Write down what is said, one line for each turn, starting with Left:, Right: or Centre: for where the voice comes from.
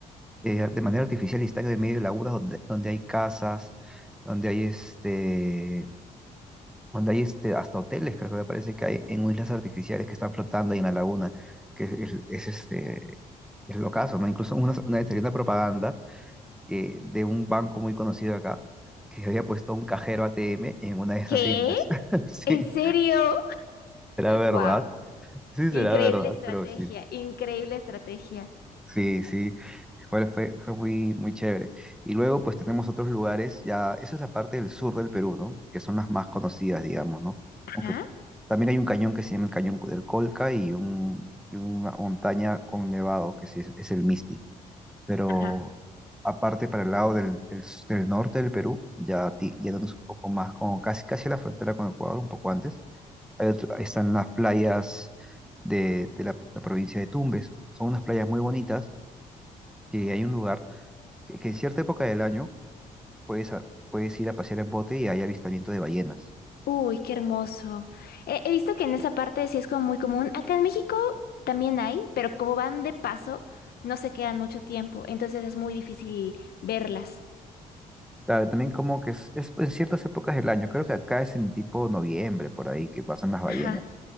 Centre: eh, de manera artificial y están en el medio de lagunas donde, donde hay casas, donde hay este, donde hay este, hasta hoteles, creo que me parece que hay en islas artificiales que están flotando ahí en la laguna, que es, es- es, este, es lo caso, ¿no? Incluso una, una vez salió una propaganda que, de un banco muy conocido acá, que había puesto un cajero ATM en una de esas
Left: ¿Qué?
Centre: islas. <laughs> Sí,
Left: ¿En serio?
Centre: será verdad,
Left: Wow.
Centre: sí será
Left: Increíble
Centre: verdad,
Left: estrategia,
Centre: pero sí.
Left: increíble estrategia.
Centre: Sí, sí, fue, fue, fue muy, muy chévere. Y luego pues tenemos otros lugares, ya, esa es la parte del sur del Perú, ¿no? Que son las más conocidas, digamos, ¿no? Aunque
Left: Ajá,
Centre: también hay un cañón que se llama el Cañón del Colca y, un, y una montaña con nevado, que sí es, es el Misti. Pero
Left: ajá.
Centre: aparte para el lado del, del, s- del norte del Perú, ya ti- yéndonos un poco más, como casi, casi a la frontera con Ecuador, un poco antes, hay otro- ahí están las playas de, de la la provincia de Tumbes. Son unas playas muy bonitas que hay un lugar que, que en cierta época del año puedes, a- puedes ir a pasear en bote y hay avistamientos de ballenas.
Left: Uy, qué hermoso. He, he visto que en esa parte sí es como muy común. Acá en México también hay, pero como van de paso, no se quedan mucho tiempo. Entonces es muy difícil verlas.
Centre: Claro, también como que es, es pues, en ciertas épocas del año, creo que acá es en tipo noviembre, por ahí, que pasan las ballenas.
Left: Ajá,